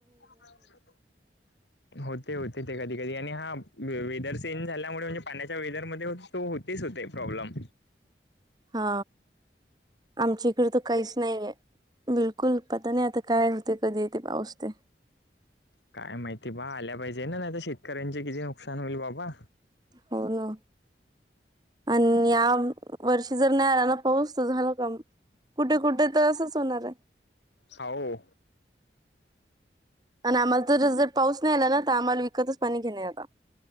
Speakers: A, on the left; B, on the right.
A: <unintelligible> होतय होतय ते कधी कधी आणि हा वेदर चेंज झाल्यामुळे म्हणजे पाण्याच्या वेदरमध्ये हो तो होतेच होते प्रॉब्लेम
B: हा आमच्या इकडे त काहीच नाहीये. बिलकुल पता नाय आता काय होतय कधी येतय पाऊस ते
A: काय माहिती बा आल्या पाहिजे ना नायत शेतकऱ्यांचे किती नुकसान होईल बाबा
B: हो ना आनं या वर्षी जर नाय आला ना पाऊस त झालं कमं कुठे कुठे त असंच होणार ये.
A: हावं
B: आणि आम्हाला त जस जर पाऊस नाय आला ना त आम्हाला विकतच पाणी घेण हाय आता.